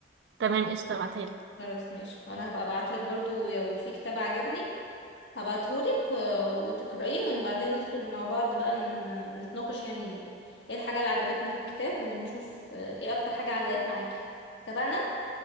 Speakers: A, on the right; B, on the left.
A: تمام قشطة بعتهالك
B: خلاص ماشي وانا هبقى ابعتلك برضو لو في كتاب عجبني هبعتهولك آه، وتقرأيه وبعدين ندخل مع بعض بقى ن- نتناقش يعني ايه الحاجة اللي عجبتنا في الكتاب ونشوف آه، ايه اكتر حاجة علقت معاكي اتفقنا؟